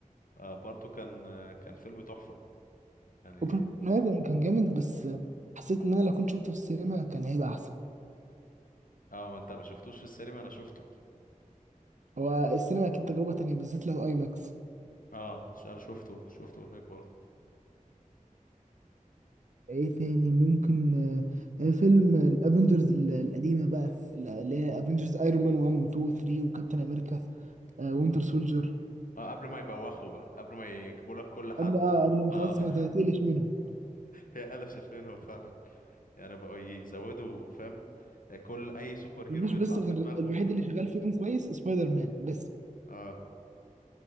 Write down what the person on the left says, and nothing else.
آه، برضه كان آه، كان فيلم تحفه يعني
اه ما انت ما شفتوش في السينما انا شفته
اه ش- انا شفته شفته هناك برضه
اه قبل ما يبوخوا بقى قبل ما يجيبوا لك كل حد
اه
<laughs>
هي قلشت منهم فعلا يعني بقوا يزودوا فاهم آه، كل اي سوبر هيرو
يطلع
في
دماغهم
يجيبوه
اه